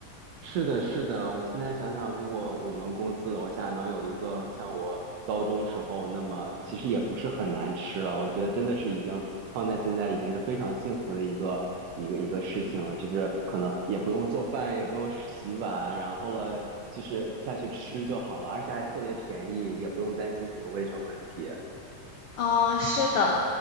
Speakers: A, on the right; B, on the left.
A: 是的，是的，我现在想想，如果我们公司楼下能有一个像我高中时候，那么其实也不是很难吃了。我觉得真的是已经放在现在已经是非常幸福的一个一个一个事情了，就是可能也不用做饭，也不用洗碗，然后了就是下去吃就好了，而且还特别便宜，也不用担心什么卫生问题。
B: 哦，是的，